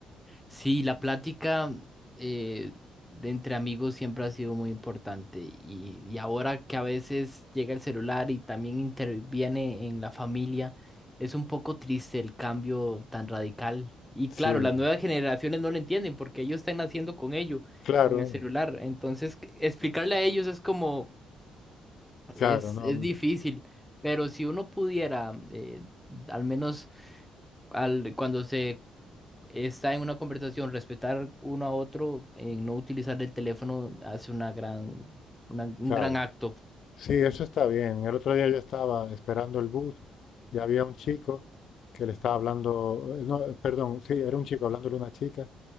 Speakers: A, in the centre; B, on the left (about 65°).
A: sí, la plática eh, de entre amigos siempre ha sido muy importante y, y ahora que a veces llega el celular y también interviene en la familia, es un poco triste el cambio tan radical. Y
B: Sí,
A: claro, las nuevas generaciones no lo entienden porque ellos están naciendo con ello,
B: claro,
A: con el celular. Entonces, explicarle a ellos es como...
B: claro,
A: Es,
B: no,
A: es difícil, pero si uno pudiera, eh, al menos al, cuando se está en una conversación, respetar uno a otro, en no utilizar el teléfono, hace una gran, una- un
B: claro.
A: gran acto.
B: Sí, eso está bien. El otro día yo estaba esperando el bus y había un chico que le estaba hablando, eh, no, perdón, sí, era un chico hablándole a una chica